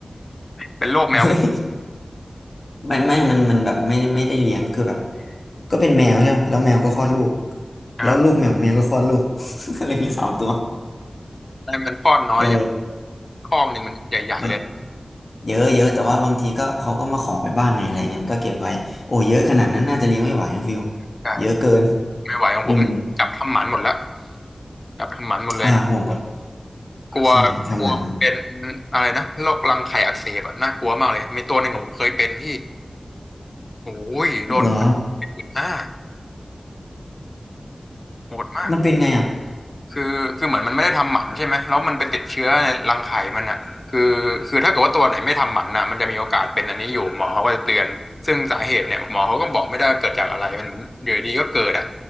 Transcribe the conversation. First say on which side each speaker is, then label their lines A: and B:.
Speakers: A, on the left (about 40°); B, on the left (about 55°).
A: เป็นโรคแมวง่วง
B: เฮ้ย ไม่ไม่มันมันแบบไม่ได้ไม่ได้เลี้ยงคือแบบก็เป็นแมวใช่ปะแล้วแมวก็คลอดลูก
A: อ่า
B: แล้วลูกแมวของแมวก็คลอดลูก <laughs> ก็เลยมีสามตัว
A: แต่มันคลอดน้อยอย่าง
B: เออ
A: คอกหนึ่งมันใหญ่ๆเลย
B: มันเยอะเยอะแต่ว่าบางทีก็เขาก็มาขอไปบ้างไงอะไรเงี้ยก็เก็บไว้โอ้เยอะขนาดนั้นน่าจะเลี้ยงไม่ไหวนะฟิล
A: ใช่
B: เยอะเกิน
A: ไม่ไหวของผมนี่จับทำหมันหมดแล้ว
B: อืม
A: จับทำหมันหมดเลย
B: อะหารผมก็
A: กลัวกลัวมันเป็น
B: ใช่ทำหมัน
A: อะไรนะโรครังไข่อักเสบอะน่ากลัวมากเลยมีตัวหนึ่งของผมเคยเป็นพี่โอ้ยโดนเป
B: เหรอ
A: ็นหน้าโหดมาก
B: มันเป็นไงอ่ะ
A: คือคือเหมือนมันไม่ได้ทำหมันใช่ไหมแล้วมันไปติดเชื้อในรังไข่มันอ่ะคือคือถ้าเกิดว่าตัวไหนไม่ทำหมันน่ะมันจะมีโอกาสเป็นอันนี้อยู่หมอเขาก็จะเตือนซึ่งสาเหตุเนี่ยหมอเขาก็บอกไม่ได้ว่าเกิดจากอะไรมันอยู่ดีๆก็เกิดอ่ะ